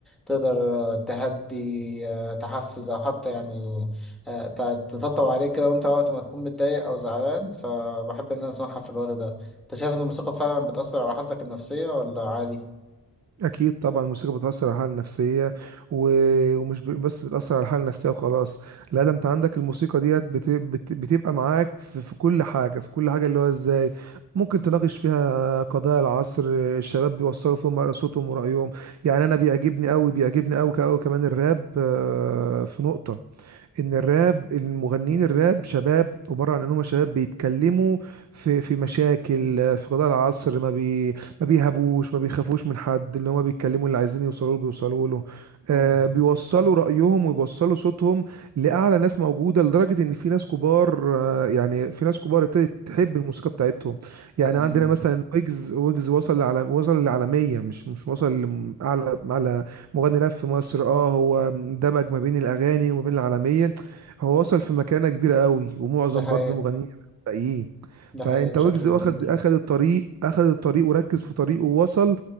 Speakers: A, in the centre; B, on the right (about 45°).
A: تقدر تهدي آه، تحفز أو حتى يعني آه، ت- تطبطب عليك كده وأنت وقت ما تكون متضايق أو زعلان فبحب إن أنا أسمعها في الوقت ده أنت شايف إن الموسيقى فعلا بتأثر على حالتك النفسية ولا عادي؟
B: أكيد طبعا الموسيقى بتأثر على الحالة النفسية و... ومش ب... بس بتأثر على الحالة النفسية وخلاص لا ده أنت عندك الموسيقى ديت بت... بت... بتبقى معاك في... في كل حاجة في كل حاجة اللي هو إزاي ممكن تناقش فيها قضايا العصر الشباب بيوصلوا فيهم صوتهم ورأيهم يعني أنا بيعجبني أوي بيعجبني أوي أوي كمان الراب آه، في نقطة ان الراب المغنيين الراب شباب عباره عن انهم شباب بيتكلموا في في مشاكل في قضايا العصر ما بي ما بيهابوش ما بيخافوش من حد اللي هما بيتكلموا اللي عايزين يوصلوا له بيوصلوا له
A: مم.
B: آه بيوصلوا رايهم ويوصلوا صوتهم لاعلى ناس موجوده لدرجه ان في ناس كبار آه يعني في ناس كبار ابتدت تحب الموسيقى بتاعتهم
A: مم.
B: يعني عندنا مثلا ويجز ويجز وصل لعالم وصل للعالميه مش مش وصل لاعلى اعلى مغني راب في مصر اه هو دمج ما بين الاغاني وما بين العالميه هو وصل في مكانه كبيره قوي ومعظم
A: ده حقيقة
B: برضو المغنيين الباقيين
A: ده
B: فانت
A: حقيقة بشكل
B: ويجز
A: كبير
B: واخد اخد الطريق اخد الطريق وركز في طريقه ووصل